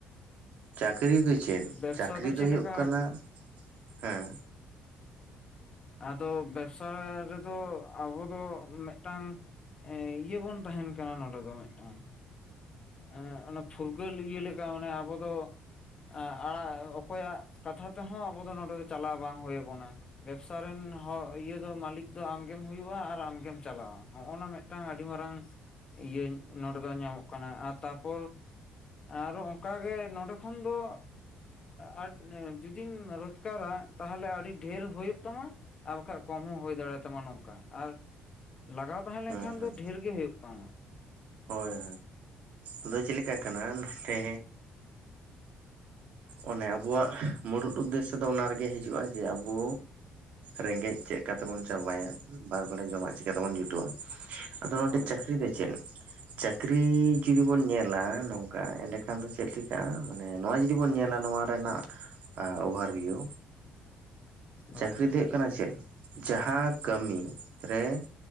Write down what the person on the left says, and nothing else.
ᱵᱮᱵᱽᱥᱟ
ᱪᱮᱫ
ᱞᱮᱠᱟ
ᱟᱫᱚ ᱵᱮᱵᱽᱥᱟ ᱨᱮᱫᱚ ᱟᱵᱚ ᱫᱚ ᱢᱮᱜ ᱴᱟᱝ ᱮ ᱤᱭᱟᱹ ᱵᱚᱱ ᱛᱟᱦᱮᱱ ᱠᱟᱱᱟ ᱱᱚᱰᱮ ᱫᱚ ᱢᱮᱜ ᱴᱟᱝ ᱮᱸᱜ ᱚᱱᱟ ᱯᱷᱩᱨᱜᱟᱹᱞ ᱤᱭᱟᱹ ᱞᱮᱠᱟ ᱢᱟᱱᱮ ᱟᱵᱚ ᱫᱚ ᱮᱸ ᱟᱲᱟᱜ ᱚᱠᱚᱭᱟᱜ ᱠᱟᱛᱷᱟ ᱛᱮᱦᱚᱸ ᱟᱵᱚ ᱫᱚ ᱱᱚᱰᱮ ᱫᱚ ᱪᱟᱞᱟᱣ ᱵᱟᱝ ᱦᱳᱭ ᱟᱵᱚᱱᱟ᱾ ᱵᱮᱵᱽᱥᱟ ᱨᱮᱱ ᱦᱚ ᱤᱭᱟᱹ ᱫᱚ ᱢᱟᱹᱞᱤᱠ ᱫᱚ ᱟᱢᱜᱮᱢ ᱦᱩᱭᱩᱜᱼᱟ ᱟᱨ ᱟᱢᱜᱮᱢ ᱪᱟᱞᱟᱣ-ᱟ᱾ ᱦᱚᱜᱼᱚ ᱱᱟ ᱢᱮᱜ ᱴᱟᱝ ᱟᱹᱰᱤ ᱢᱟᱨᱟᱝ ᱤᱭᱟᱹ ᱱᱚᱰᱮ ᱫᱚ ᱧᱟᱢᱚᱜ ᱠᱟᱱᱟ ᱟᱨ ᱛᱟᱨᱯᱚᱨ ᱟᱨᱚ ᱚᱱᱠᱟ ᱜᱮ ᱱᱚᱰᱮ ᱠᱷᱚᱱ ᱫᱚ ᱟᱸ ᱟᱡᱽ ᱡᱩᱫᱤᱢ ᱨᱚᱪᱠᱟᱨᱟ ᱛᱟᱦᱚᱞᱮ ᱟᱹᱰᱤ ᱰᱷᱮᱨ ᱦᱳᱭᱳᱜ ᱛᱟᱢᱟ᱾ ᱟ ᱵᱟᱠᱷᱟᱡ ᱠᱚᱢ ᱦᱚᱸ ᱦᱳᱭ ᱫᱟᱲᱮ ᱟᱛᱟᱢᱟ ᱱᱚᱝᱠᱟ᱾ ᱟᱨ ᱞᱟᱜᱟᱣ ᱛᱟᱦᱮᱸ ᱞᱮᱱᱠᱷᱟᱱ
ᱫᱚ ᱰᱷᱮᱨ ᱜᱮ ᱦᱳᱭᱳᱜ ᱛᱟᱢᱟ᱾
ᱦᱳᱭ
ᱦᱳᱭ